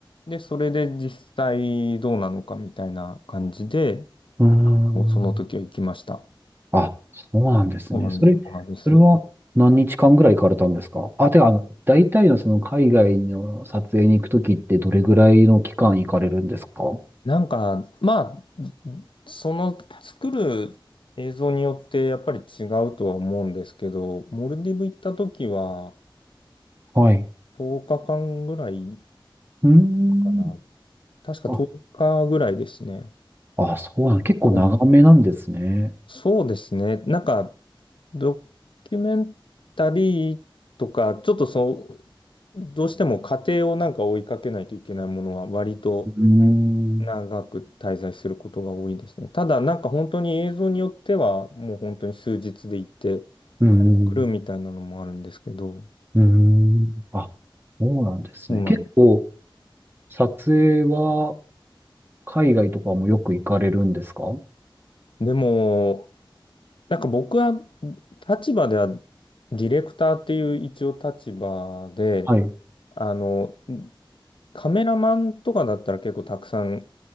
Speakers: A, on the left (about 70°); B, on the right (about 25°).
A: で、それで実際どうなのかみたいな感じで、
B: うーん。
A: あのその時は行きました。
B: あ、そうなんですね。
A: そうなんです、
B: それ、
A: そうなんです。
B: それは何日間ぐらい行かれたんですかあ、てか、あの、大体のその海外の撮影に行くときってどれぐらいの期間行かれるんですか
A: なんか、まあ、その作る映像によってやっぱり違うとは思うんですけど、モルディブ行った時は
B: はい。
A: 10日間ぐらい
B: うーん。
A: かな。確か10日ぐらいですね。
B: あ、あ、そうなん、結構長めなんですね。
A: うんそうですね。なんか、ドキュメンタリーとか、ちょっとそう、どうしても過程をなんか追いかけないといけないものは割と
B: うー
A: 長く滞在することが多いですね。
B: ん。
A: ただ、なんか本当に映像によっては、もう本当に数日で行って
B: うーん。
A: 帰ってくるみたいなのもあるんですけど、
B: うーん。あ、そうなんですね。
A: そうなんで
B: 結構、撮影は海外とかもよく行かれるんですか
A: すでも、なんか僕は立場ではディレクターっていう一応立場で、
B: はい。う
A: あの、カメラマンとかだったら結構たくさん